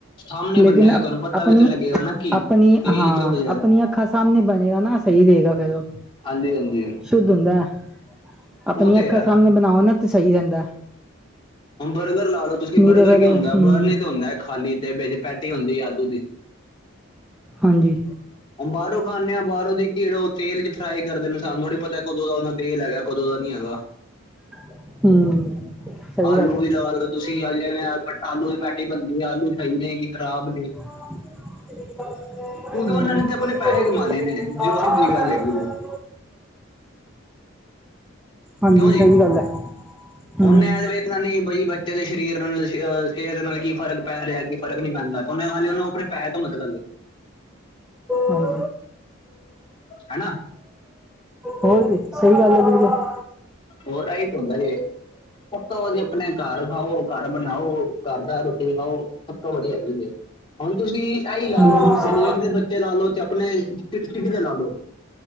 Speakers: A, on the left; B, in the centre.
A: ਸਾਹਮਣੇ
B: ਲੇਕਿਨ
A: ਬੰਨੇਗਾ ਤੁਹਾਨੂੰ ਪਤਾ
B: ਆਪਣੀ
A: ਵੀ ਤਾਂ ਲੱਗੇਗਾ ਨਾ ਕਿ
B: ਆਪਣੀ
A: ਤੇਲ
B: ਹਾਂ
A: ਕਿਹੋ ਜਿਹਾ
B: ਆਪਣੀ ਅੱਖਾਂ ਸਮਣੇ ਬਣੇਗਾ ਨਾ ਸਹੀ ਰਹੇਗਾ ਫੇਰ ਉਹ
A: ਹਾਂਜੀ - ਹਾਂਜੀ।
B: ਸ਼ੁੱਧ ਹੁੰਦਾ ਆਪਣੀਆਂ
A: ਉਹ ਤੇ
B: ਅੱਖਾਂ
A: ਹੈ
B: ਸਾਹਮਣੇ ਬਣਾਓ ਨਾ ਤਾਂ ਸਹੀ ਰਹਿੰਦਾ।
A: ਹੁਣ ਬਰਗਰ ਲਾ ਲਓ ਤੁਸੀਂ
B: ਨਹੀਂ
A: ਬਰਗਰ
B: ਤੇ ਫੇਰ
A: ਕੀ ਹੁੰਦਾ
B: ਹਮ
A: ਬਰਨ ਤੇ ਹੁੰਦਾ ਹੈ ਖਾਲੀ ਤੇ ਵਿੱਚ ਪੈਟੀ ਹੁੰਦੀ ਹੈ ਆਲੂ ਦੀ
B: ਹਾਂਜੀ।
A: ਹੁਣ ਬਾਹਰੋਂ ਖਾਂਦੇ ਹਾਂ, ਬਾਹਰੋਂ ਦੀ ਕਿਹੜਾ ਉਹ ਤੇਲ ਚ ਫਰਾਈ ਕਰਦੇ ਨੇ ਸਾਨੂੰ ਨੀ ਪਤਾ ਕਦੋਂ ਦਾ ਉਹਦਾ ਤੇਲ ਹੈਗਾ ਕਦੋਂ ਦਾ ਨੀ ਹੈਗਾ।
B: ਹਮ ਸਹੀ
A: ਆਲੂ
B: ਗੱਲ ਹੈ
A: ਵੀ ਲਗਾ ਲਓ, ਤੁਸੀਂ ਅਜ ਆਲੂ ਦੀ ਪੈਟੀ ਬਣਦੀ ਆਲੂ ਸਹੀ ਨੇ ਕਿ ਖਰਾਬ ਨੇ।
B: <inaudible>
A: ਕਿਉਂਕਿ ਉਹਨਾਂ ਨੇ ਤੇ ਆਪਣੇ ਪੈਸੇ ਕਮਾਣੇ ਨੇ ਜੋ ਸਿੱਧੀ ਗੱਲ ਹੈਗੀ
B: ਹਾਂਜੀ
A: ਕਿਉਂ
B: ਸਹੀ
A: ਜੀ?
B: ਗੱਲ ਹੈ ਹਮ
A: ਉਹਨੇ ਐ ਤੇ ਵੇਖਣਾ ਨਹੀਂ ਬਈ ਬੱਚੇ ਦੇ ਸਰੀਰ ਨਾਲ। ਸਿਹਤ ਨਾਲ ਕੀ ਫ਼ਰਕ ਪੈ ਰਿਹਾ ਕੀ ਫਰਕ ਨਹੀਂ ਪੈਂਦਾ ਉਹਨੇ ਉਹਨੂੰ ਖਾਲੀ ਆਪਣੇ ਪੈਸੇ ਤੋਂ ਮਤਲਬ
B: ਹਮ
A: ਹੈਨਾ।
B: ਹੋਰ ਕੀ, ਸਹੀ ਗੱਲ ਹੈ ਬਿਲਕੁਲ
A: ਹੋਰ, ਆਈ ਤਾਂ ਹੁੰਦਾ ਜੇ। ਸਭ ਤੋਂ ਵਧੀਆ ਆਪਣੇ ਘਰ ਖਾਓ, ਘਰ ਬਣਾਓ, ਘਰ ਦੀ ਰੋਟੀ ਖਾਓ, ਸਭ ਤੋਂ ਵਧੀਆ ਹੈਗੀ ਜੇ। ਹੁਣ ਤੁਸੀਂ ਆਈ ਲਾ
B: ਹਮ
A: ਲੋ, ਵਿਲੇਜ ਦੇ, ਬੱਚੇ ਲਾ ਲੋ ਤੇ ਆਪਣੇ ਸਿਟੀ ਦੇ, ਲਾ ਲੋ।